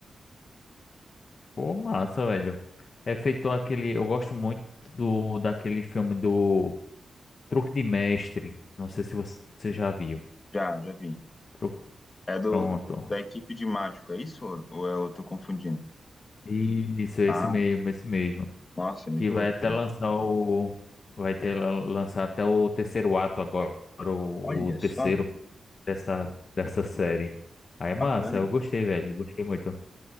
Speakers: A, on the left; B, on the left.
A: pô, massa, velho. É feito aquele. Eu gosto muito do daquele filme do Truque de Mestre. Não sei se você você já viu.
B: Já, já vi.
A: Truque-
B: É do,
A: Pronto.
B: do- da equipe de mágico, é isso? Ou, ou é- eu tô confundindo?
A: Isso, esse
B: Ah,
A: mesmo, esse mesmo.
B: nossa, é muito
A: Que vai
B: louco.
A: até lançar o. Vai ter lançar até o terceiro ato agora, o
B: Olha
A: o terceiro.
B: só,
A: dessa, dessa série. Aí é massa,
B: bacana.
A: eu gostei, velho. eu Gostei muito.